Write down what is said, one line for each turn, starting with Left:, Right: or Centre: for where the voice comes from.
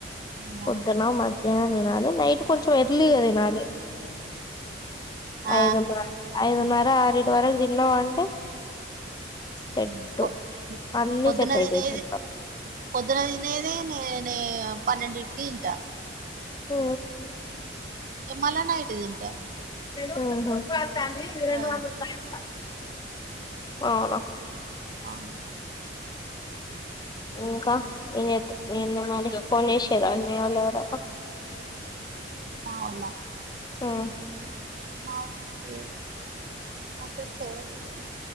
Right: అవునా
Left: పొద్దున్నా మద్ ఏమన్న తినాలి నైట్ కొంచెం ఎర్లీ గా తినాలి
Right: ఆ
Left: ఐదున్నా ఐదున్నా న్నారా ఆరిటి వరకు తిన్నావంటే సెట్టు
Right: మ్మ్ పో
Left: అన్ని
Right: పొద్దునదినీదే
Left: సెట్ అయితాయి దెబ్బ
Right: పొద్దునదినీదే నే నే పన్నెడిటికీ తింటా
Left: ఊ
Right: ఇగ మళ్ల నైట్ తింటా
Left: అ హా ది ఇది రెండు
Right: ఆ
Left: వందల పైపలా అవునా
Right: అవును
Left: ఇంకా ఏంచేత్ ఏంది మరి ఫోన్ జేషిర్రా మీవోల్లు ఎవరన్నా
Right: అవులా
Left: మ్మ్
Right: మావొళ్ళు ఎవరు చేయలే మా ఫ్రెండ్స్ ఎవర్ చేయ్